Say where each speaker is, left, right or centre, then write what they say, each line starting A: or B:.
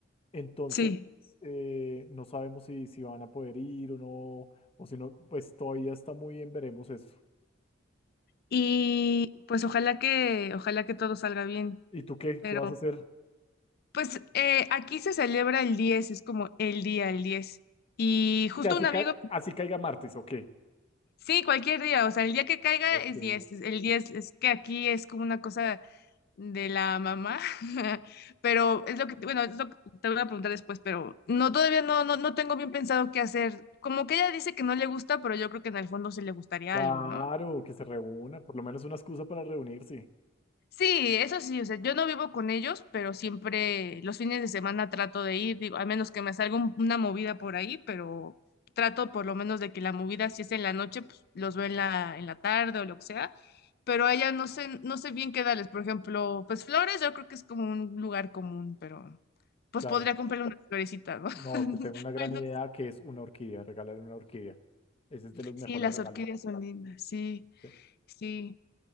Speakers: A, on the left; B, on the left.
A: Entonces,
B: sí.
A: eh, no sabemos si, si van a poder ir o no, o si no, pues todavía está muy bien veremos eso.
B: Y pues ojalá que, ojalá que todo salga bien.
A: ¿Y tú qué?
B: Pero
A: ¿Qué vas a hacer? O
B: pues eh, aquí se celebra el 10 es como el día, el diez Y justo
A: sea, así,
B: un
A: ca-
B: amigo,
A: así caiga martes, ¿o qué?
B: sí, cualquier día, o sea, el día que caiga
A: Ok.
B: es 10 es- El 10 es que aquí es como una cosa de la mamá, <laughs> pero es lo que, bueno, es lo que te voy a preguntar después, pero no, todavía no, no, no tengo bien pensado qué hacer. Como que ella dice que no le gusta, pero yo creo que en el fondo sí le gustaría
A: Claro,
B: algo, ¿no?
A: que se reúna, por lo menos una excusa para reunirse.
B: Sí, eso sí, o sea, yo no vivo con ellos, pero siempre los fines de semana trato de ir, digo, a menos que me salga un- una movida por ahí, pero trato por lo menos de que la movida, si es en la noche, pues los veo en la, en la tarde o lo que sea, pero a ella no sé, no sé bien qué darles, por ejemplo, pues flores, yo creo que es como un lugar común, pero pues
A: Claro.
B: podría comprarle unas florecitas, ¿no? <laughs>
A: No, te tengo una gran
B: Ay, no,
A: idea que es una orquídea, regalar una orquídea. Ese es de los
B: Sí,
A: mejores
B: las
A: regalos.
B: orquídeas son lindas, sí,
A: Sí.
B: sí.